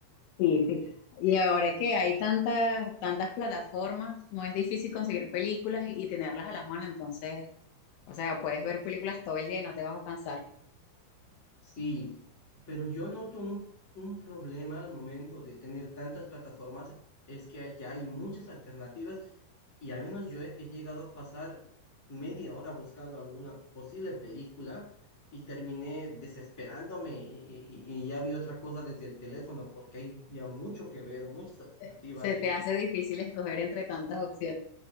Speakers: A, on the left; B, in the centre.
A: Sí, sí. Y ahora que hay tantas, tantas plataformas, no es difícil conseguir películas y, y tenerlas a la mano, entonces, o sea, puedes ver películas todo el día y no te vas a cansar.
B: Sí, pero yo noto un, un problema al momento de tener tantas plataformas, es que ya hay muchas alternativas y al menos yo he, he llegado a pasar media hora buscando alguna posible película y terminé desesperándome y, y- y ya vi otra cosa desde el teléfono porque hay ya mucho que ver, muchas alternativas
A: Se, se
B: y
A: te hace
B: es,
A: difícil escoger entre tantas opciones.